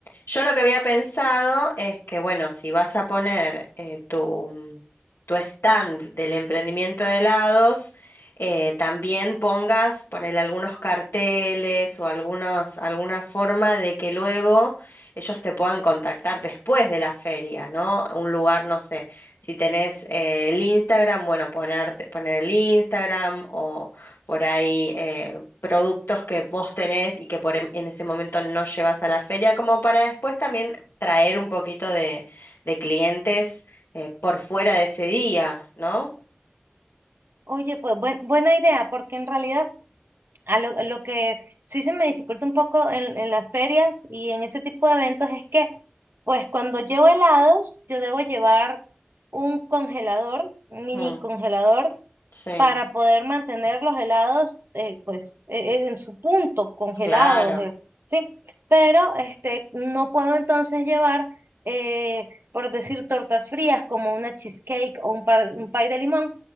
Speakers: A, on the left (about 80°); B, on the right (about 70°).
A: Yo lo que había pensado es que, bueno, si vas a poner eh, tu, mm, tu stand del emprendimiento de helados, eh, también pongas, poner algunos carteles o algunos, alguna forma de que luego ellos te puedan contactar después de la feria, ¿no? Un lugar, no sé, si tenés eh, el Instagram, bueno, ponerte, poner el Instagram o por ahí eh, productos que vos tenés y que por em- en ese momento no llevas a la feria, como para después también traer un poquito de, de clientes eh, por fuera de ese día, ¿no?
B: Oye, pues buen- buena idea, porque en realidad a lo, lo que sí se me dificulta un poco en, en las ferias y en ese tipo de eventos es que, pues cuando llevo helados, yo debo llevar un congelador, un mini
A: Mm,
B: congelador,
A: sí,
B: para poder mantener los helados eh, pues eh, eh, en su punto, congelados,
A: claro,
B: eh, ¿sí? Pero este, no puedo entonces llevar, eh, por decir, tortas frías como una cheesecake o un, par- un pie de limón,